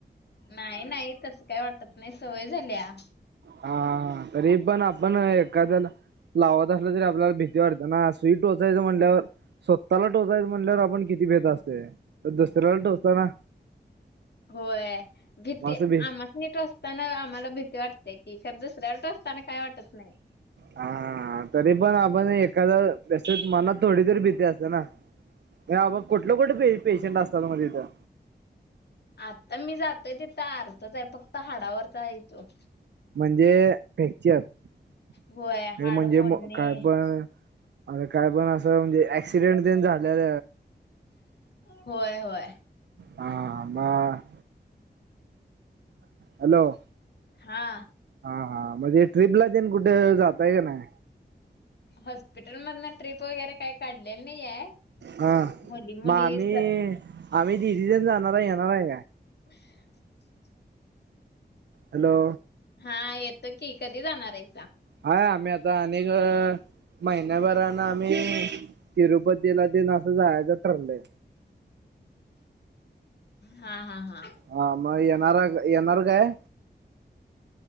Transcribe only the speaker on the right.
हा तरी पण आपण पण एखाद्याला लावत असलं तरी आपल्याला भीती वाटते ना, सुई टोचायचं म्हटल्यावर स्वतःला टोचायच म्हणल्या आपण किती भेेत असतोय, तर दुसऱ्याला टोचताना
मग असं भी
हा, तरी पण आपण एखादा तसच मनात थोडीतरी भीती असते ना, ये बाबा कुठलं कुठे पे पेशंट असतात मग तिथं?
म्हणजे फॅक्चर, ते
म्हणजे
मग काय पण. अरे काय पण असं म्हणजे, ऍक्सिडेंट तेन झालेल
हा, हा मग. हॅलो
हा, म्हणजे ट्रीपला तेन कुठ जाता येत नाही.
हा
मग
आम्ही आम्ही दिदीच्यात जाणार हाय येणार हाय.
हॅलो.
हाय आम्ही आता अनेक महिन्याभरान आम्ही तिरुपतीला तेन असं जायचं ठरलंय.
हा मग येणारा येणार काय?